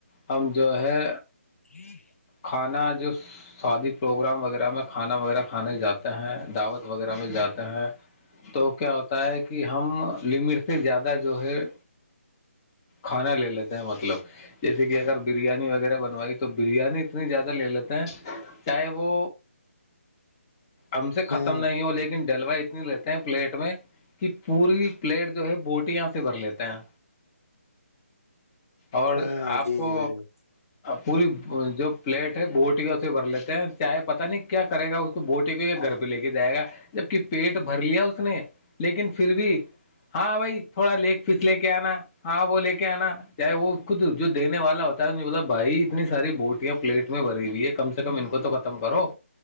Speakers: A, on the left (about 20°); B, on the left (about 75°).
A: ہم جو ہے
B: ہی
A: کھانا جو سادی پروگرام وغیرہ میں کھانا وغیرہ کھانے جاتے ہیں دعوت وغیرہ میں جاتے ہیں تو کیا ہوتا ہے کہ ہم لمٹ سے زیادہ جو ہے کھانا لے لیتے ہیں مطلب جیسے کہ اگر بریانی وغیرہ بنوائی تو بریانی اتنی زیادہ لے لیتے ہیں چاہے وہ ہم سے ختم
B: ہوں
A: نہیں ہو لیکن جلوا اتنی لیتے ہیں پلیٹ میں کہ پوری پلیٹ جو ہے بوٹیاں سے بھر لیتے ہیں اور
B: ہوں
A: آپ
B: جی
A: کو
B: جی بالکل
A: پوری جب پلیٹ ہے بوٹیاں اسے بھر لیتے ہیں چاہے پتاہ نہیں کیا کرے گا اس کو بوٹی کو گھر پہ لے کے جائے گا جبک پیٹ بھر لیا اس نے لیکن پھر بھی ہاں بھائی تھوڑا لیک پس لے کے آنا ہاں وہ لے کے آنا چاہے وہ خود جو دینے والا ہوتا ہے نے بو بھائی اتنی ساری بوٹیاں پلیٹ میں بری ہوئی ہے کم سے کم ان کو تو ختم کرو